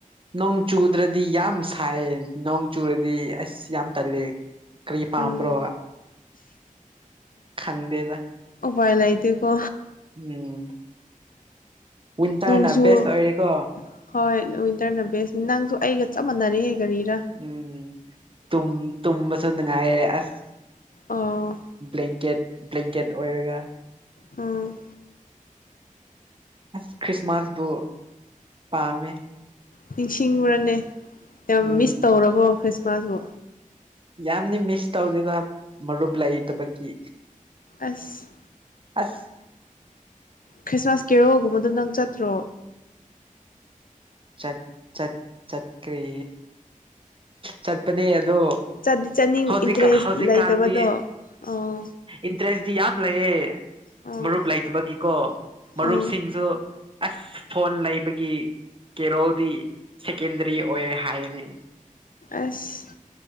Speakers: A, on the right (about 40°); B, on the left (about 80°).
A: ꯅꯣꯡ ꯆꯨꯗ꯭ꯔꯗꯤ ꯌꯥꯝ ꯁꯥꯏꯌꯦ ꯅꯣꯡ ꯆꯨꯔꯗꯤ ꯑꯁ ꯌꯥꯝ ꯇꯜꯂꯦ ꯀꯔꯤ ꯄꯥꯝꯕ꯭ꯔꯣ
B: ꯎꯝ
A: ꯈꯪꯗꯦꯗ
B: ꯎꯄꯥꯥꯏ ꯂꯩꯇꯦꯀꯣ
A: ꯎꯝ ꯋꯤꯟꯇꯔꯅ
B: ꯅꯣꯡꯖꯨ
A: ꯕꯦꯁ ꯑꯣꯏꯔꯦꯀꯣ
B: ꯍꯣꯏ ꯋꯤꯟꯇꯔꯅ ꯕꯦꯁꯅꯤ ꯅꯪꯁꯨ ꯑꯩꯒ ꯆꯞ ꯃꯥꯟꯅꯔꯤꯍꯦ ꯀꯥꯔꯤꯔꯥ
A: ꯎꯝ ꯇꯨꯝ ꯇꯨꯝꯕꯁꯨ ꯅꯨꯉꯥꯏꯌꯦ ꯑꯁ
B: ꯑꯣ
A: ꯕ꯭ꯂꯦꯡꯀꯦꯠ ꯕ꯭ꯂꯦꯡꯀꯦꯠ ꯑꯣꯏꯔꯒ
B: ꯎꯝ
A: ꯑꯁ ꯈ꯭ꯔꯤꯁꯃꯥꯁꯕꯨ ꯄꯝꯃꯦ
B: ꯅꯤꯡꯁꯤꯡꯕꯔꯅꯦ ꯌꯥꯝ
A: ꯎꯝ
B: ꯃꯤꯁ ꯇꯧꯔꯕꯣ ꯈ꯭ꯔꯤꯁꯃꯥꯁꯕꯨ
A: ꯌꯥꯝꯅꯤ ꯃꯤꯁ ꯇꯧꯗꯦꯗ ꯃꯔꯨꯞ ꯂꯩ ꯇꯕꯒꯤ
B: ꯑꯁ
A: ꯑꯁ
B: ꯈ꯭ꯔꯤꯁꯃꯥꯁ ꯀꯦꯔꯣꯜꯒꯨꯝꯕꯗꯣ ꯅꯪ ꯆꯠꯇ꯭ꯔꯣ
A: ꯆꯠ ꯆꯠ ꯆꯠ ꯆꯠꯈ꯭ꯔꯦ ꯆꯠꯄꯅꯦ ꯑꯗꯣ
B: ꯆꯠꯗꯤ ꯆꯠꯅꯤꯡ
A: ꯍꯧꯖꯤꯛꯀ
B: ꯏꯟꯇꯔꯦꯁ
A: ꯍꯧꯖꯤꯛꯀꯥꯟꯗꯤ
B: ꯂꯩꯇꯕꯗꯣ ꯑꯣ
A: ꯏꯟꯇꯔꯦꯁꯇꯤ ꯌꯥꯝ ꯂꯩꯌꯦ
B: ꯑꯣ
A: ꯃꯔꯨꯞ ꯂꯩꯇꯕꯒꯤꯀꯣ ꯃꯔꯨꯞꯁꯤꯡꯁꯨ
B: ꯑꯣ
A: ꯑꯁ ꯐꯣꯟ ꯂꯩꯕꯒꯤ ꯀꯦꯔꯣꯜꯗꯤ ꯁꯦꯀꯦꯟꯗꯔꯤ ꯑꯣꯏꯔꯦ ꯍꯥꯏꯌꯦꯅꯦ
B: ꯑꯁ